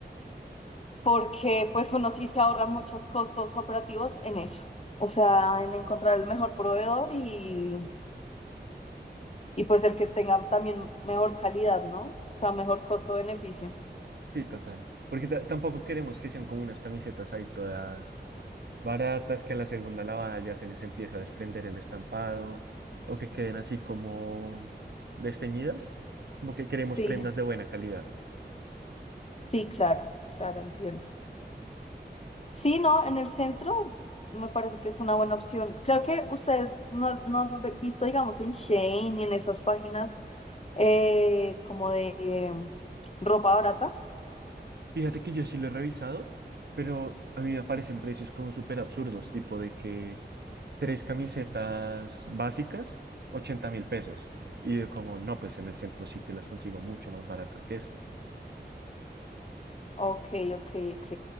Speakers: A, on the left (about 35°); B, on the right (about 65°).
A: porque pues uno sí se ahorra muchos costos operativos en eso. O sea, en encontrar el mejor proveedor y, y pues el que tenga también mejor calidad, ¿no? O sea, mejor costo-beneficio.
B: Sí, total. Porque ta- tampoco queremos que sean como unas camisetas ahí todas baratas, que a la segunda lavada ya se les empieza a desprender el estampado o que queden así como desteñidas. Como que queremos
A: Sí.
B: prendas de buena calidad.
A: Sí, claro, claro, entiendo. Sí, no, en el centro me parece que es una buena opción. Creo que ustedes no, no han ve- visto, digamos, en Shein y en esas páginas eh, como de eh, ropa barata.
B: Fíjate que yo sí lo he revisado, pero a mí me aparecen precios como súper absurdos, tipo de que tres camisetas básicas, ochenta mil pesos. Y yo como, no, pues en el centro sí que las consigo mucho más baratas que eso.
A: Ok, ok, ok.